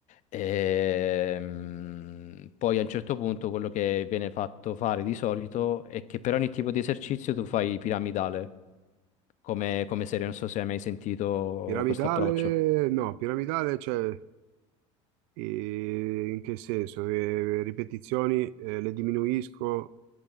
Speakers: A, on the left; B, on the right.
A: Ehm, poi a un certo punto quello che viene fatto fare di solito è che per ogni tipo di esercizio tu fai piramidale. come, come serie, non so se hai mai sentito
B: Piramidale,
A: questo approccio.
B: no, piramidale, cioè... E in che senso? Che ripetizioni eh, le diminuisco